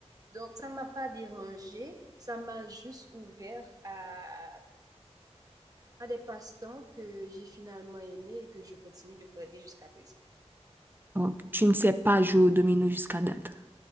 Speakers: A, on the right; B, on the right.
A: Donc ça ne m'a pas dérangée, ça m'a juste ouvert à à des passe-temps que j'ai finalement aimés et que je continue de garder jusqu'à présent.
B: Donc, tu ne sais pas jouer au domino jusqu'à date.